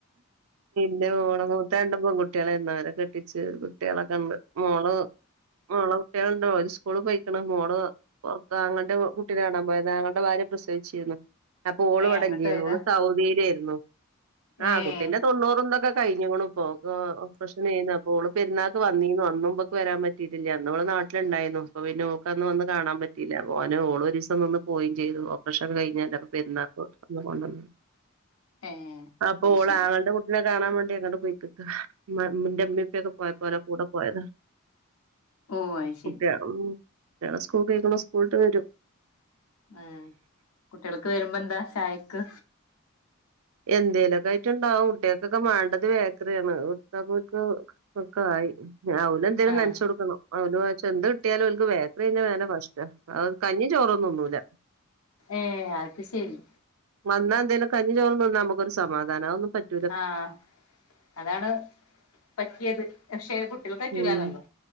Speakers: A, on the right; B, on the left.
A: എന്റെ മോള് മൂത്തരണ്ടും പെൺകുട്ട്യാളായിര്ന്നു അവരെ കെട്ടിച്ച് കുട്ട്യാളെക്ക്ണ്ട് മോള് മോളെ കുട്ട്യാള്ണ്ട് ഓര്സ്കൂള് പോയ്ക്ക്ണ് മോള് പൊറത്ത് അങ്ങളെന്റെ കുട്ടിനെ കാണാൻ പോയതാ ആങ്ങളെന്റെ ഭാര്യ പ്രസവിച്ചിര്ന്ന് അപ്പോള്വ്ടെല്ല്യര്ന്നു
B: ഏഹ് അങ്ങട്ട് പോയതാ
A: ഓള് സൗദിലെര്ന്നു ആഹ്
B: ഏഹ്
A: കുട്ടിന്റെ തൊണ്ണൂറും ഇതൊക്കെ കയ്ഞ്ക്ക്ണു ഇപ്പോ ഓക്ക് ഓപ്പറേഷനായിന്നു അപ്പോ ഓള് പെര്ന്നാക്ക് വന്നീനു അന്നും ഇബക്ക് വരാൻ പറ്റീട്ടില്ല അന്നോള് നാട്ടില്ണ്ടായ്ന്നു അപ്പപ്പിന്നെ ഓക്ക് അന്ന് വന്ന് കാണാൻ പറ്റീല പിന്നെ ഓന് ഓള് ഒരീസം നിന്ന് പോയിം ചെയ്തു ഓപ്പറേഷന് ഒക്കെ കഴിഞ്ഞല്ലേ അപ്പൊ പെരുന്നാക്ക് ഒന്ന് കൊണ്ടന്നു
B: ഏഹ്
A: അപ്പോള്
B: അത് ശരി
A: ആങ്ങളടെ കൂട്ടിനെ കാണാൻ വേണ്ടി ണ്ടിയങ്ങണ്ട് പോയ്‌ക്കക്കാ മ്മാ ന്റെമ്മിപ്പിയൊക്കെ പോയപ്പോ ഓരെ കൂടെ പോയതാ
B: ഓഹ് അയ്ശെരി
A: കുട്ട്യാ ഉം കുട്ട്യാള് സ്കൂൾ കെയ്‌ക്കുണു സ്കൂള്ട്ട് വെരും
B: ആഹ് കുട്ട്യാൾക്ക് വരുമ്പെന്താ ചായയ്ക്ക്
A: എന്തേലൊക്കയ്റ്റ്ണ്ടാവും കുട്ടികൾക്കൊക്കെ മാണ്ടത് ബേക്കറിയാണ് അഹോട്ത്താപ്പോര്ക്ക് ഒക്കായി ഞ്ഞ അവ് ലെന്തേലും
B: ആഹ്
A: നന്ച്ച് കൊട്ക്കണം <unintelligible> എന്ത് കിട്ട്യാലും ഓൽക്ക് ബേക്കറി <unintelligible> ഫസ്റ്റ അത് കഞ്ഞി ചോറും തിന്നൂല
B: ഏഹ് അത് ശരി
A: വന്നാ എന്തേലും കഞ്ഞി ചോറും തിന്നാ ഞമ്മക്കൊരു സമാധാന അതൊന്നും പറ്റ്
B: ആഹ് അതാണ് പറ്റ്യേത് പക്ഷേ കു ട്ട്യാൾക്ക്‌ പറ്റൂലാന്നൊള്ളു
A: ഉം